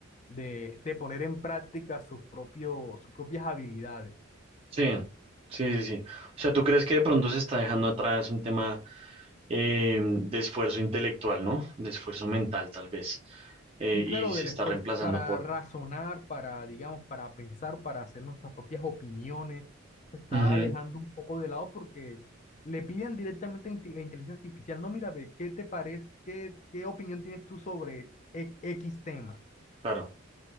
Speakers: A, on the left (about 35°); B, on the right (about 25°).
A: de, de poner en práctica sus propios, sus propias habilidades.
B: sí, sí, sí, sí. O sea, ¿tú crees que de pronto se está dejando atrás un tema eh, de esfuerzo intelectual, ¿no? De esfuerzo mental, tal vez, eh,
A: Sí,
B: y
A: claro,
B: se
A: del
B: está
A: esfuerzo
B: reemplazando
A: para
B: por...
A: razonar, para, digamos, para pensar, para hacer nuestras propias opiniones, se estaba
B: Ujú,
A: dejando un poco de lado porque le piden directamente a inte- la inteligencia artificial, no, mira, ve, ¿qué te parece? ¿Qué, qué opinión tienes tú sobre e- X tema?
B: Claro.